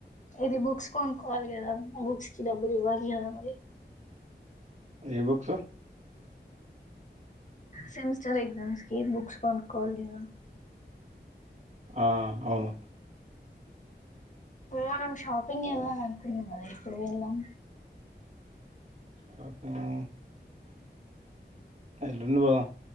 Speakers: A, on the left; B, on the right.
A: ఏది బుక్స్ కొనుక్కోవాలి కదా బుక్స్ కి డబ్బులు ఇవ్వాలి కదా మరి
B: ఏ బుక్స్
A: సెమిస్టర్ ఎగ్జామ్స్ కి బుక్స్ కొనుక్కొవాలికద
B: ఆ అవును
A: మనం షాపింగ్ వెళ్దాం అనుకున్నాం కదా ఎప్పుడు వెల్దాం
B: షాపింగ్ ఎల్లుండి పోదాం